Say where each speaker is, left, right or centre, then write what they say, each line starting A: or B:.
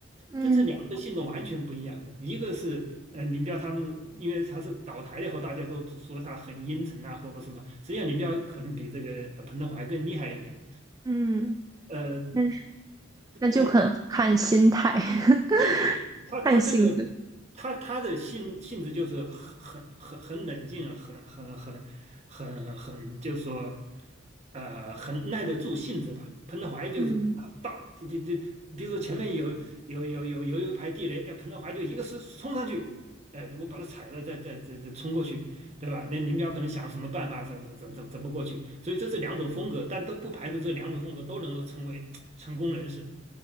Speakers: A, on the right; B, on the right.
A: 嗯
B: 但这两个性格完全不一样的，一个是呃林彪他们，因为他是倒台了以后，大家都说他很阴沉啊或者什么，实际上林彪可能比这个呃彭德怀更厉害一点，
A: 嗯，
B: 呃，
A: 那是
B: 但
A: 那就很看心态，<laughs>
B: 对对，他他这个
A: 看性格，
B: 他他的性性质就是很很很冷静啊，很很很很很，就是说，呃，很耐得住性子吧。彭德怀就是啊，
A: 嗯，
B: 大这这这，比如说前面有有有有有一排地雷，那彭德怀就一个是冲上去，呃，我把它踩了，再再再再冲过去，对吧？那林彪可能想什么办法，怎怎怎怎怎么过去？所以这是两种风格，但都不排除这两种风格都能够成为成功人士。